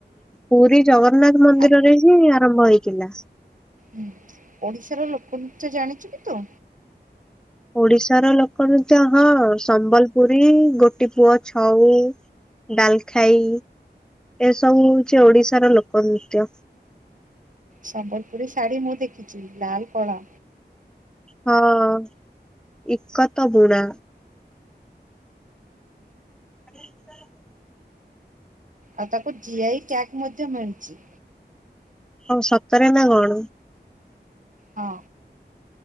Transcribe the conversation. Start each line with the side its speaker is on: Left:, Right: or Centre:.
Centre: ପୁରୀ ଜଗନ୍ନାଥ ମନ୍ଦିରରେ
Right: ଆ
Centre: ହିଁ ଆରମ୍ଭ ହେଇଥିଲା?
Right: ହୁଁ ଓଡିଶାର ଲୋକନୃତ୍ୟ ଜାଣିଛୁ କି ତୁ?
Centre: ଓଡିଶାର ଲୋକନୃତ୍ୟ ହଁ ସମ୍ବଲପୁରୀ ଗୋଟି ପୁଅ ଛଉ। ଡାଲ ଖାଇ। ଏସବୁ ହଉଚି ଓଡିଶାର ଲୋକ ନୃତ୍ୟ।
Right: ସମ୍ବଲପୁରୀ ଶାଢ଼ୀ ମୁଁ ଦେଖିଚି ଲାଲ କଳା।
Centre: ହଁ ଇକତ ବୁଣା। <inaudible>
Right: ଆଉ ତାକୁ ଜିଆଇ ଟ୍ୟାଗ ମଧ୍ୟ ମିଳିଛି।
Centre: ହଉ ସତରେ ନା କଣ!
Right: ହଁ।